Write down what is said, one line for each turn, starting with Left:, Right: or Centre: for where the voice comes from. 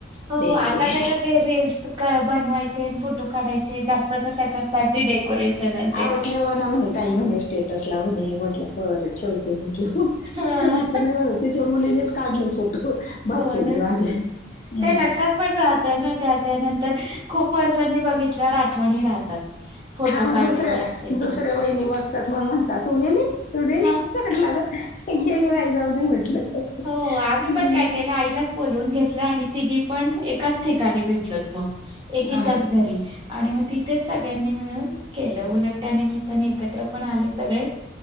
Right: हो
Left: द्यायचं.
Right: आता कस, ते रीलस का बनवायचे न फोटो काढायचे. जास्त तर त्याच्याच पार्टी दे. परेशानयत.
Left: आओ, ठेवा ना म्हणे. ताई म्हणे. स्टेटसला म्हणे. म्हटलं बरय. ठेवते म्हटलं.
Right: हा.
Left: मी तर नाही बाबा. तिच्या मुलीनीच काढले फोटो. भाचे
Right: हो
Left: नि
Right: ना
Left: माझ्या. हम्म.
Right: ते लक्षात पण राहतय ना, त्या- त्यानंतर. खूप वर्षांनी बघितल्यावर आठवनी राहतात. फोटो
Left: हा मग
Right: काढलेले
Left: दुसऱ्या,
Right: असले
Left: दुसऱ्या
Right: की
Left: बहिणी मग त मग म्हणता, तू गेली? तू दिली?
Right: हा
Left: म्हटल अगं, गेली बाई. जाऊ दे म्हटलं.
Right: हो आम्ही
Left: हम्म.
Right: पण काय केलं? आईलाच बोलवून घेतलं. आणि तिघी पण एकाच ठिकाणी भेटलोत मग. एकीच्याच
Left: हा
Right: घरी. आणि मग तिथेच सगळ्यांनी मिळून केलं. उलट त्या निमित्ताने एकत्र पण आले सगळे.